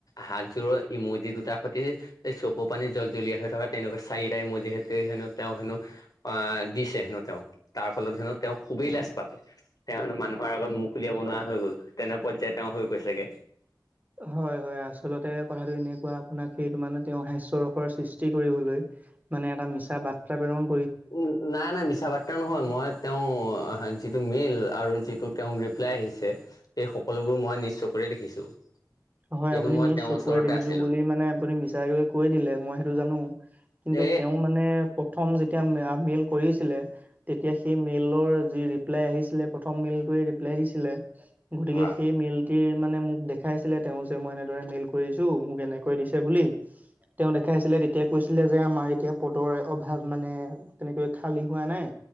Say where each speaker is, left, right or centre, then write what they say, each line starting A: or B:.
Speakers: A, on the left; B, on the right.
A: হাতযোৰ ইমজি দুটাৰ সৈতি। এই চকু পানী জল জ্বলীয়া হৈ থকা তেনেকুৱা চাৰিটা ইমজি হেড কৰি হেনো তেওঁ হেনো। আ দিছে হেনো তেওঁ, তাৰ ফলত হেনো তেওঁ খুবেই লাজ পালে। তেওঁ হেনো মানুহৰ আগত মুখ উলিয়াব নোৱৰা হৈ গ'ল, তেনে পৰ্য্যায় তেওঁ হৈ গৈছেগে।
B: হয় হয়, আচলতে কথাটো এনেকুৱা আপোনাক সেইটো মানে তেওঁ হাস্যৰসৰ সৃষ্টি কৰিবলৈ মানে এটা মিছা বাত্ৰাপ্ৰেৰণ
A: উম, নাই নাই মিছা বাৰ্তা নহয় মই তেওঁ, যিটো মেইল আৰু যিটো তেওঁ ৰিপ্লাই আহিছে সেই সকলোবোৰ মই নিজ চকুৰে দেখিছোঁ।
B: হয়,
A: কিয়নো
B: আপুনি
A: মই
B: নিজ
A: তেওঁৰ
B: চকুৰে
A: ওচৰতে
B: দেখিছো
A: আছিলো
B: বুলি মানে আপুনি মিছাকে কৈ দিলে মই সেইটো জানো। কিন্তু
A: এ
B: তেওঁ মানে, প্ৰথম যেতিয়া মেইল কৰিছিলে, তেতিয়া সেই মেইল <unintelligible> যি ৰিপ্লাই আহিছিলে প্ৰথম মেইল কৰি ৰিপ্লাই দিছিলে, গতিকে
A: হয়।
B: সেই মেইলটো কি মানে মোক দেখাইছিলে তেওঁ যে মই এনেদৰে মেইল কৰিছো মোক এনেকৈ দিছে বুলি। তেওঁ দেখাই আছিলে তেতিয়া কৈছিলে যে আমাৰ এতিয়া পদৰ অভাৱ, মানে তেনেকৈ খালী হোৱা নাই।